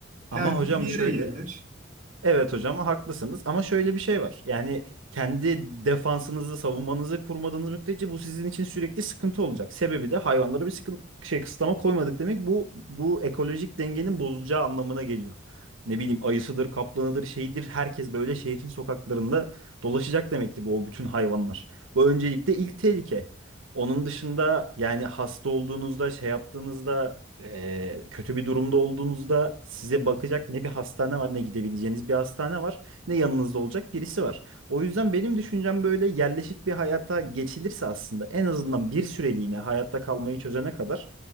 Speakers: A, on the right; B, on the right.
A: Her
B: Ama
A: gün
B: hocam
A: bir yere
B: şöyle
A: yerleş.
B: Evet hocam haklısınız ama şöyle bir şey var. Yani kendi defansınızı, savunmanızı kurmadığınız müddetçe bu sizin için sürekli sıkıntı olacak. Sebebi de hayvanlara bir sıkıntı şey kısıtlama koymadık demek bu bu ekolojik dengenin bozulacağı anlamına geliyor. Ne bileyim ayısıdır, kaplanıdır, şeydir herkes böyle şehrin sokaklarında dolaşacak demektir bu o bütün hayvanlar. Bu öncelikle ilk tehlike. Onun dışında yani hasta olduğunuzda, şey yaptığınızda e, kötü bir durumda olduğunuzda size bakacak ne bir hastane var ne gidebileceğiniz bir hastane var ne yanınızda olacak birisi var. O yüzden benim düşüncem böyle yerleşik bir hayata geçilirse aslında en azından bir süreliğine hayatta kalmayı çözene kadar